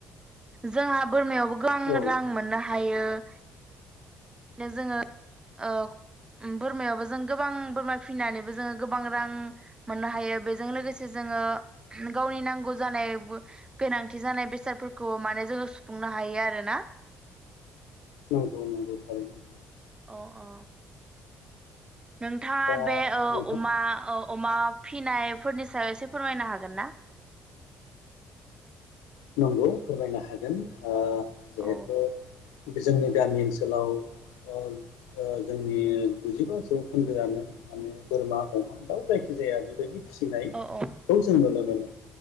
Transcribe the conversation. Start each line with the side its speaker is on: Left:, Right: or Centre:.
Right: जोंहा बोरमायावबो गोबां
Left: औ
Right: रां
Left: औ
Right: मोननो हायो। बिनो जोङो ओव उम बोरमायावबो जों गोबां बोरमा फिसिनानैबो जोङो गोबां रां मोननो हायो बेजों लोगोसे जो ङो गावनि नांगौ जानायबो गोनांथि जानाय बेसादफोरखौ माने जोङो सुफुंनो हा यो आरोना।
Left: नंगौ नंगौ थारैनो।
Right: अ अ। नोंथाङा
Left: दा
Right: बे औ
Left: नोंथां
Right: अमा औ अमा फिनाय फोरनि सायाव एसे फोरमायनो हागोन ना?
Left: नंगौ फोरमायनो हागोन, ओ जिहेथु
Right: औ
Left: जोंनि गामि ओनसोलाव ओ ओ जोंनि गुजिबा जौखोन्दोआनो माने बोरमा अमा दाउ जायखि जाया बेबायदि फिनाय
Right: औ औ
Left: खौ जों नुनो मोनो